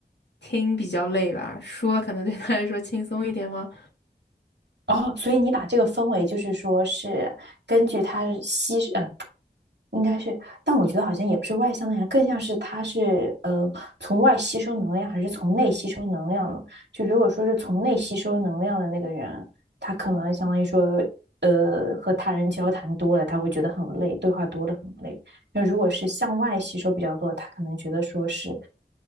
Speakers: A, on the left (about 85°); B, on the right (about 85°).
A: 听比较累吧，说可能对他来说轻松一点吗？
B: 哦，所以你把这个分为就是说是根据他吸，嗯、应该是，但我觉得好像也不是外向的样，更像是他是呃从外吸收能量，还是从内吸收能量呢？就如果说是从内吸收能量的那个人，他可能相当于说，呃，和他人交谈多了，他会觉得很累，对话多了很累。那如果是向外吸收比较多，他可能觉得说是，